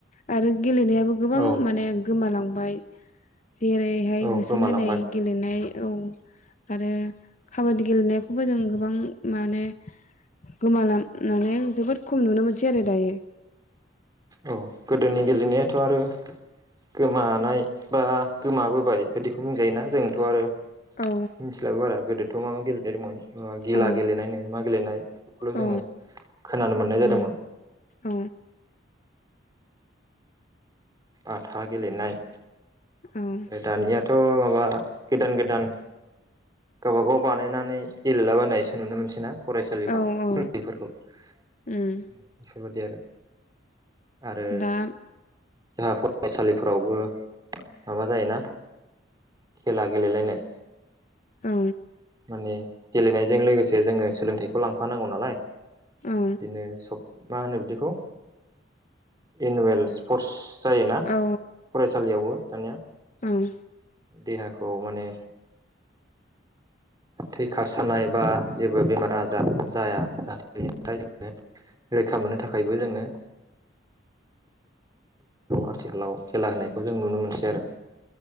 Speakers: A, on the left (about 40°); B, on the right (about 20°).
A: आरो गेलेनायाबो गोबां
B: औ
A: माने गोमालांबाय। जेरैहाय
B: औ
A: होसोलायनाय
B: गोमालांबाय
A: गेलेनाय औ। आरो खाबादि गेलेनायखौबो जों गोबां माने गोमालाम मानै जोबोद खम नुनो मोनसै आरो दायो।
B: औ गोदोनि गेलेनायाथ' आरो गोमानाय बा गोमाबोबाय बिदिखौ बुंजायोना जोंथ' आरो
A: औ
B: मिथिलाबो बारा गोदोथ' मा मा गेलेनाय दंमोन मा गिला
A: औ
B: गेलेनायनो मा गेलेनाय। बेखौल' जोङो
A: औ
B: खोनानो मोननाय जादोंमोन।
A: उम औ
B: बाथा गेलेनाय,
A: औ
B: दानिया थ' माबा गोदान गोदान गावबागाव बानायनानै गेलेला बानायसो नुनो मोनसै ना फरायसालिफ्राव
A: औ
B: उन्दैफोरखौ।
A: औ
B: ओम
A: उम
B: बेफोरबायदि आरो। आरो
A: दा
B: जाहा फराय <unintelligible> लिफोरावबो माबा जायोना खेला गेलेलायनाय।
A: औ
B: माने गेलेनायजों लोगोसे जोङो सोलोंथाइखौ लांफानांगौ नालाय।
A: औ
B: बिदिनो सब मा होनो बिदिखौ एनुवेल स्पर्टस जायोना
A: औ
B: फरायसालियावबो दानिया।
A: औ
B: देहाखौ माने थै खारसारनाय बा जेबो बेमार आजार जाया जाहाथे बेनिफ्राय जोङो रैखा मोननो थाखायबो जोङो आथिखालाव खेला होनायखौ जों नुनो मोनसै आरो